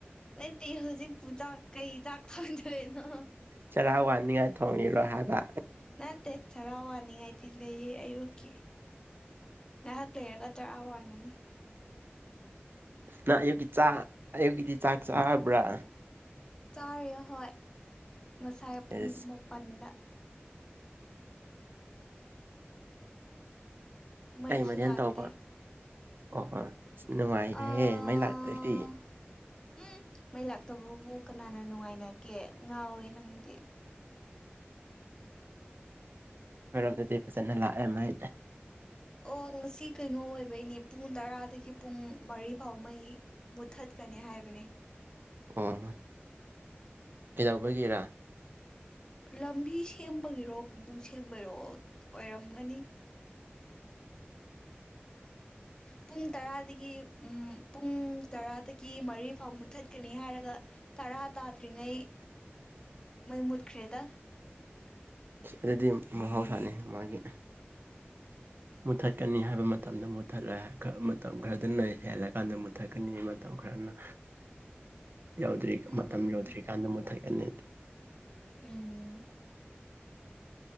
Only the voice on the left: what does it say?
ꯂꯩꯇꯦ ꯍꯧꯖꯤꯛꯄꯨ ꯆꯥꯛ ꯀꯩ ꯆꯥꯛ ꯊꯣꯡꯗꯣꯏꯅꯣ
ꯅꯠꯇꯦ ꯆꯔꯥ ꯋꯥꯅꯤꯡꯉꯥꯏꯗꯤ ꯂꯩꯌꯦ ꯑꯌꯨꯛꯀꯤ ꯉꯥꯏꯍꯥꯛ ꯂꯩꯔꯒ ꯆꯔꯥ ꯋꯥꯟꯒꯅꯤ
ꯆꯥꯔꯤ ꯍꯣꯏ ꯉꯁꯥꯏ ꯄꯨꯡ
ꯃꯥꯄꯜꯗ ꯃꯩꯁꯨ
ꯂꯥꯛꯇꯦ
ꯑꯥ
ꯎꯝ ꯃꯩ ꯂꯥꯛꯇꯕꯕꯨ ꯀꯅꯥꯅ ꯅꯨꯡꯉꯥꯏꯅꯒꯦ ꯉꯥꯎꯋꯦ ꯅꯪꯗꯤ
ꯑꯣ ꯉꯁꯤ ꯀꯩꯅꯣ ꯑꯣꯏꯕꯩꯅꯦ ꯄꯨꯡ ꯇꯔꯥꯗꯒꯤ ꯄꯨꯡ ꯃꯔꯤ ꯐꯥꯎ ꯃꯩ ꯃꯨꯠꯊꯠꯀꯅꯤ ꯍꯥꯏꯕꯅꯦ
ꯂꯝꯕꯤ ꯁꯦꯝꯕꯒꯤꯔꯣ ꯀꯩꯅꯣ ꯁꯦꯝꯕꯒꯤꯔꯣ ꯑꯣꯏꯔꯝꯒꯅꯤ ꯄꯨꯡ ꯇꯔꯥꯗꯒꯤ ꯎꯝ ꯄꯨꯡ ꯄꯨꯡ ꯇꯔꯥꯗꯒꯤ ꯃꯔꯤ ꯐꯥꯎ ꯃꯨꯊꯠꯀꯅꯤ ꯍꯥꯏꯔꯒ ꯇꯔꯥ ꯇꯥꯗ꯭ꯔꯤꯉꯩ ꯃꯩ ꯃꯨꯠꯈ꯭ꯔꯦꯗ
<inaudible>
ꯎꯝ
ꯎꯝ